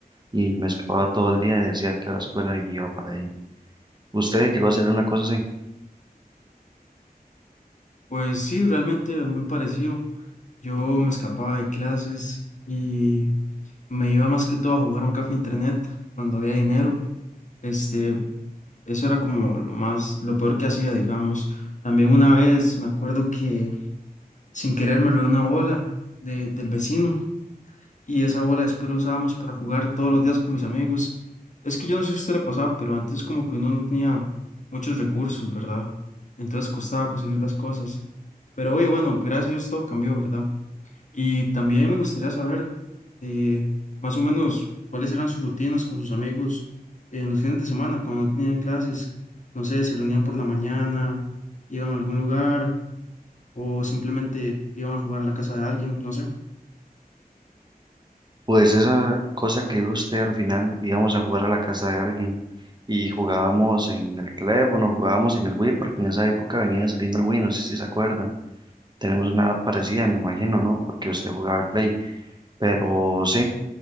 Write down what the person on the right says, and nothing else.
y me escapaba todo el día, decía que a la escuela y iba para ahí. ¿Usted llegó a hacer una cosa así?
Pues esa cosa que dijo usted al final, íbamos a jugar a la casa de alguien y jugábamos en el teléfono, jugábamos en el Wii, porque en esa época venía saliendo el Wii, no sé si se acuerda. Tenemos una edad parecida, me imagino, ¿no? Porque usted jugaba al Play, pero sí.